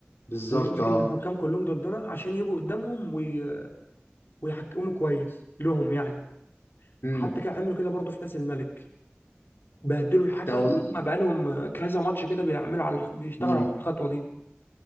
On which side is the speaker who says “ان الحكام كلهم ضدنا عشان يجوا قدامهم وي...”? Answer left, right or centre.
Left